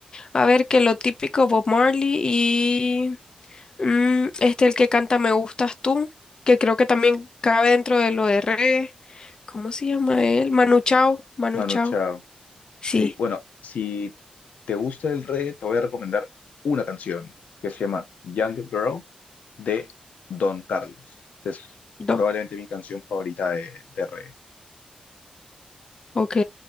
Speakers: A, on the left; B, on the left.
A: A ver, que lo típico Bob Marley y mm, este el que canta Me gustas tú, que creo que también cabe dentro de lo de reggae. ¿Cómo se llama él? Manu Chao, Manu
B: Manu
A: Chao.
B: Chao.
A: Sí,
B: Sí, bueno, si te gusta el reggae, te voy a recomendar una canción que se llama Young Girl de Don Carlos. Esta es
A: dos.
B: probablemente mi canción favorita de, de reggae.
A: Ok,